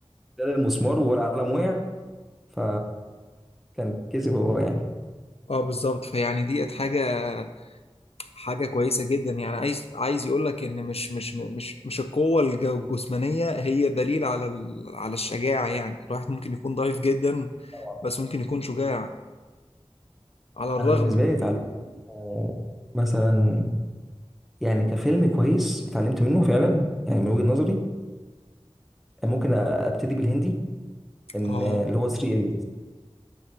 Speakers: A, in the centre; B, on the left.
A: شال المسمار والقلم وقع ف كان كسب هو يعني
B: اه بالظبط فيعني ديت حاجة حاجة كويسة جدا يعني عايز عايز يقول لك ان مش مش مش مش القوة الج- الجسمانية هي دليل على ال- على الشجاعة يعني الواحد ممكن يكون ضعيف جدا
A: طبعا
B: بس ممكن يكون شجاع على الرغم
A: انا بالنسبه لي اتعلمت منه مثلا يعني كفيلم كويس اتعلمت منه فعلا يعني من وجهه نظري ممكن ابتدي بالهندي ان
B: اه
A: اللي هو 3 ايديتس